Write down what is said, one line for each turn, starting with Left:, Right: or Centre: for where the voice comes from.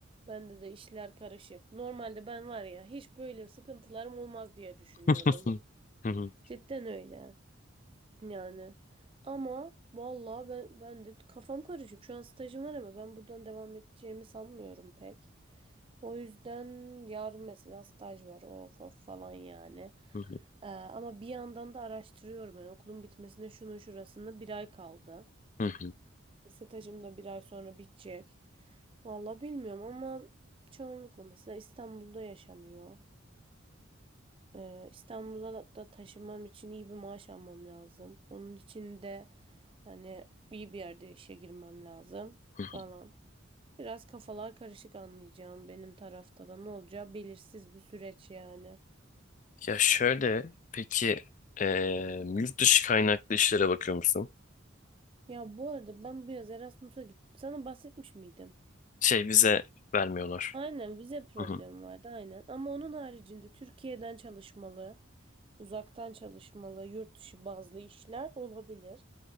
Right: Bende de işler karışık. Normalde ben var ya hiç böyle sıkıntılarım olmaz diye düşünüyordum.
Left: <laughs> Hı hı, hı hı,
Right: Cidden öyle. Yani ama vallahi ben, ben de kafam karışık. Şu an stajım var ama ben buradan devam edeceğimi sanmıyorum pek. O yüzden yarın mesela staj var of of falan yani.
Left: hı
Right: Ee, ama bir yandan da araştırıyorum. Yani okulun bitmesine şunun şurasında bir ay kaldı.
Left: hı,
Right: Stajım da bir ay sonra bitecek. Vallahi bilmiyorum ama çoğunlukla mesela İstanbul'da yaşanıyor. Ee, İstanbul'a da da taşınmam için iyi bir maaş almam lazım. Onun için de hani iyi bir yerde işe girmem lazım
Left: hı hı.
Right: falan. Biraz kafalar karışık anlayacağım benim tarafta da ne olacağı belirsiz bir süreç yani.
Left: Ya şöyle peki e, yurt dışı kaynaklı işlere bakıyor musun?
Right: Ya bu arada ben bu yaz Erasmus'a gittim. Sana bahsetmiş miydim?
Left: Şey vize vermiyorlar.
Right: Aynen vize problemi
Left: Hı hı.
Right: vardı aynen. Ama onun haricinde Türkiye'den çalışmalı, uzaktan çalışmalı, yurt dışı bazlı işler olabilir.